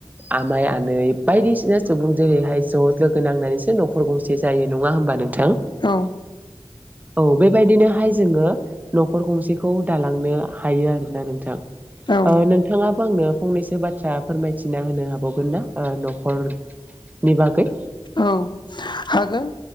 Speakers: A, on the right; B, on the left.
A: आमाइ आ। नै बायदिसिना सुबुं जेरैहाय ज' लोगो नांनानैसो न'खर गंसे जायो नङा होमबा नोंथां।
B: औ।
A: औ बेबायदिनोहाय जोङो न'खर गंसेखौ दालांनो। हायो आरोना नोंथां ओ
B: औ
A: नोंथाङाबो आंनो। फंनैसो बाथ्रा फोरमायथिना होनो हाबावगोन ना न'खरनि बागै।
B: औ हागोन।